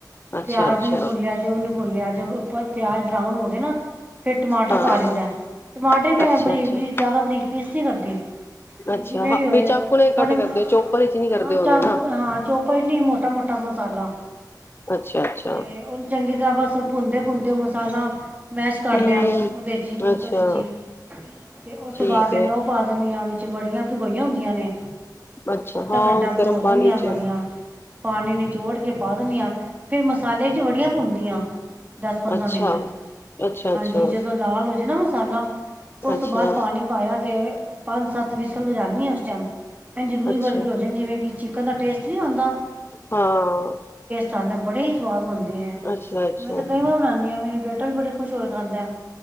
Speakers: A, on the left; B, on the right.
A: ਅੱਛਾ
B: ਪਿਆਜ਼
A: ਅੱਛਾ
B: ਨੂੰ ਵੀ ਭੁਨ ਲੇਆ, ਤੇ ਓਹ ਵੀ ਭੁਨ ਲੀਆ ਜ- ਉੱਪਰ ਪਿਆਜ ਬਰਾਊਨ ਹੋਗਏ ਨਾ, ਫਿਰ ਟਮਾਟਰ
A: ਹਾਂ
B: ਪਾ ਲਈ ਦਾ ਟਮਾਟਰ ਮੈਂ
A: ਅੱਛਾ
B: ਬਰੀਕ-ਬਰੀਕ
A: ਅੱਛਾ
B: ਜ਼ਿਆਦਾ ਬਰੀਕ ਪੀਸ ਨੀ ਕਰਦੀ।
A: ਅੱਛਾ
B: ਵੀ ਜਿਵੇਂ
A: ਹਾਂ
B: ਵੀ ਹੋਏ
A: ਬਈ ਚਾਕੂ ਨੇ ਕੱਟ
B: ਥੋੜੇ
A: ਕਰਦੇ ਚੋਪਰ ਵਿਚ ਨੀ ਕਰਦੇ
B: ਹਾਂ
A: ਹੋਣੇ
B: ਚ
A: ਨਾ
B: ਹਾਂ ਚੋਪ ਇਨੀ ਮੋਟਾ ਮੋਟਾ- <unintelligible> ਮਸਾਲਾ,
A: ਅੱਛਾ ਅੱਛਾ
B: ਤੇ ਹੁਣ ਚੰਗੀ ਤਰ੍ਹਾਂ ਬਸ ਭੁੰਨਦੇ ਪੁੰਨਦੇ ਉਹ ਮਸਾਲਾ ਮੈਸ ਕਰੱ
A: ਹਮ
B: ਲਿਆ, ਉਹਦੇ 'ਚ ਹੀ ਕੁੱਕਰ
A: ਅੱਛਾ
B: ਵਿੱਚ ਹੀ, ਅਤੇ ਉਸ ਤੋਂ
A: ਠੀਕ
B: ਬਾਅਦ ਫਿਰ
A: ਹੈ
B: ਮੈਂ ਉਹ ਪਾ ਦਿੰਨੀਂ ਆਂ ਵਿੱਚ ਬੜੀਆਂ ਭਗੋਈਆਂ ਹੁੰਦੀਆਂ ਨੇ
A: ਅੱਛਾ
B: ਅੱਧਾ
A: ਹਾਂ
B: ਘੰਟਾ ਭਿਗੋ
A: ਗਰਮ
B: ਦੇਨੀ
A: ਪਾਣੀ
B: ਆਂ ਬੜੀਆਂ,
A: ਚ
B: ਪਾਣੀ ਨੀਚੋੜ ਕੇ ਪਾ ਦਿੰਨੀਂ ਆਂ, ਫੇਰ ਮਸਾਲੇ ਵਿੱਚ ਵੜੀਆਂ ਭੁੰਨਦੀਆਂ ਦਸ ਪੰਦਰਾਂ
A: ਅੱਛਾ
B: ਮਿੰਟ,
A: ਅੱਛਾ
B: ਹਾਂਜੀ
A: ਅੱਛਾ
B: ਜਦੋਂ ਲਾਲ ਹੋ ਜੇ ਨਾ ਮਸਾਲਾ, ਉਸ
A: ਅੱਛਾ
B: ਤੋਂ ਬਾਅਦ ਪਾਨੀ ਪਾਇਆ ਤੇ, ਪੰਜ ਸੱਤ ਵਿਸਲ ਵਜਾਨੀ ਆਂ ਉਸ ਟਾਈਮ- ਅਨਜ ਰੂਈ
A: ਅੱਛਾ
B: ਵਰਗੀ ਹੋ ਜਾਦੀ ਜਿਵੇਂ ਕਿ ਚਿਕਨ ਦਾ ਟੇਸਟ ਨਹੀਂ ਆਉਂਦਾ-
A: ਹਾਂ
B: ਚੰਗਾ ਬੜੇ ਹੀ ਸਵਾਦ ਬਣਦੇ ਹੈ
A: ਅੱਛਾ ਅੱਛਾ
B: ਮੈਂ ਤੇ ਕਈ ਵਾਰ ਬਨਾਉਦੀ ਹਾਂ ਮੇਰੇ ਬੇਟੇ- ਵੀ ਬੜੇ ਖੁਸ਼ ਹੋਕੇ ਖਾਉਦਾ-